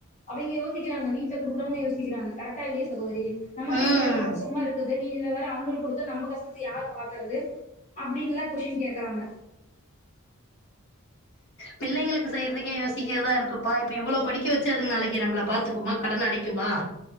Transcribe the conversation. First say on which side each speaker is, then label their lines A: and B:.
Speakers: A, on the left; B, on the left.
A: அவிங்கை யோசிக்கிறாங்க வீட்ல குடுக்கணுன்னு யோசிக்கிறாங்க கரெக்ட்டா இந்த டேஸ்ல கொடுட்டி நமக்கே
B: ம்
A: ஏகபட்சஷமாருக்குது த்து நீ வேற அவுங்க கொடுத்து நம்ம கஷ்டத்தை யார் பாக் குறது அப்டின்ல்லா கொஷ்டின் கேக்கறாங்க
B: பிள்ளைங்களுக்கு செய்யறதுக்கே யோசிக்கிறதா இருக்குப்பா இப்ப இவ்வள படிக்க வெச்சு அதுங்க நாளைக்கு நம்மள பாத்துக்குமா கடன அடைக்குமா